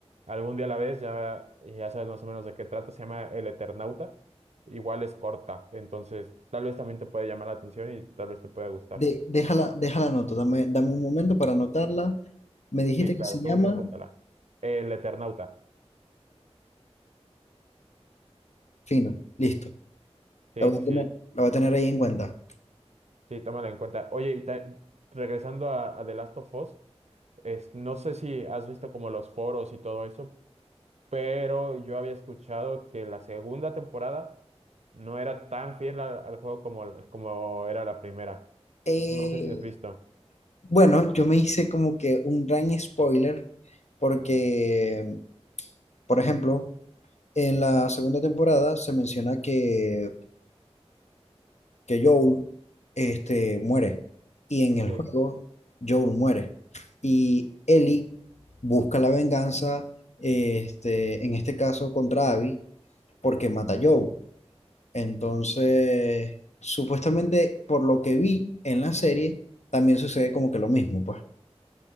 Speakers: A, on the right; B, on the left.
A: algún día la ves, ya, ya sabes más o menos de qué trata, se llama El Eternauta. Igual es corta, entonces tal vez también te puede llamar la atención y tal vez te pueda gustar.
B: De, déjala, déjala nota, dame, dame un momento para anotarla. Me dijiste
A: Sí,
B: que
A: claro,
B: se llama
A: tú, tú apúntala. El Eternauta.
B: Fino, listo.
A: Sí,
B: La voy
A: sí,
B: a
A: sí,
B: tener, la voy a tener ahí en cuenta.
A: sí, tómalo en cuenta. Oye, y ta- regresando a, a The Last of Us, es- no sé si has visto como los foros y todo eso, pero yo había escuchado que la segunda temporada no era tan fiel al, al juego como, como era la primera.
B: Eh,
A: No sé si has visto.
B: bueno, yo me hice como que un gran spoiler porque, por ejemplo, en la segunda temporada se menciona que que Joel este, muere. Y en el
A: Sí.
B: juego, Joel muere. Y Ellie busca la venganza, este, en este caso contra Abby, porque mata a Joel. Entonces, supuestamente, por lo que vi en la serie, también sucede como que lo mismo, pues.